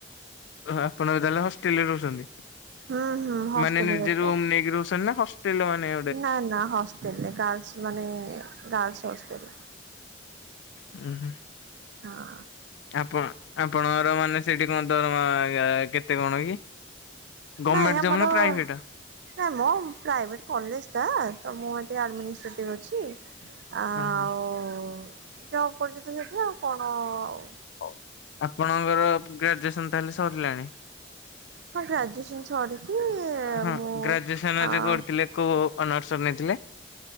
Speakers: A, on the left; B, on the right.
A: ଆପଣ ତାହଲେ ହଷ୍ଟେଲରେ ରହୁଛନ୍ତି
B: ହୁଁ ହୁଁ ହଷ୍ଟେଲରେ
A: ମାନେ ନିଜେ
B: ରହୁଛି
A: ରୁମ୍
B: ବା।
A: ନେଇକି ରହୁଛନ୍ତି ନା ହ ପିଲମାନେ
B: ନା ନା ହଷ୍ଟେଲରେ ଗାର୍ଲସ ମାନେ ଗାର୍ଲସ ହଷ୍ଟେଲ।
A: ଉଁ ହୁଁ।
B: ହଁ।
A: ଆପଣ ଆପଣଙ୍କର ମାନେ ସେଠି କଣ ଦରମା କେତେ କଣ କି? ଗମେଣ୍ଟ
B: ନାଇଁ ଆମର
A: ଜବ୍ ନା ପ୍ରାଇଭେଟ?
B: ନାଇଁ ମ ପ୍ରାଇଭେଟ କଲେଜ ଟା ତ ମୁଁଏଠି ଆଡମିନିଷ୍ଟ୍ରେଟିଭ ଅଛି। ଆଉ
A: ଓହୋ।
B: ଜବ କରୁଛି ତ ସେଠି ଆଉ କଣ ଆଉ
A: ହଉ ଆପଣଙ୍କର ଗ୍ରାଜୁଏସନ ତାହେଲେ ସରିଲାଣି।
B: ହଁ ଗ୍ରାଜୁଏସନ୍ ସରିକି
A: ହଁ
B: ମୁଁ
A: ଗ୍ରାଜୁଏସନ ଯୋଉ
B: ଆଁ
A: କରୁଥିଲେ କୋଉ ଅନର୍ସ ନେଇଥିଲେ?